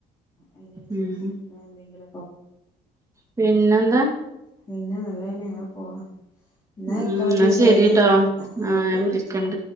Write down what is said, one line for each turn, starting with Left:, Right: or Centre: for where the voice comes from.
Left: അതിനനുസരിച്ചുള്ള
Right: ഉം
Left: എന്തെങ്കില
Right: പിന്നെന്താ
Left: പിന്നെ നല്ലതന്നെ എങ്ങനെ പോണം എന്നാ
Right: ഉം
Left: ഇക്കോട്ടെ
Right: എന്നാ
Left: ശരി
Right: ശരിട്ടോ
Left: ആ
Right: ആഹ്
Left: ഓക്കെ
Right: ഞാൻ വിളിക്കണ്ട്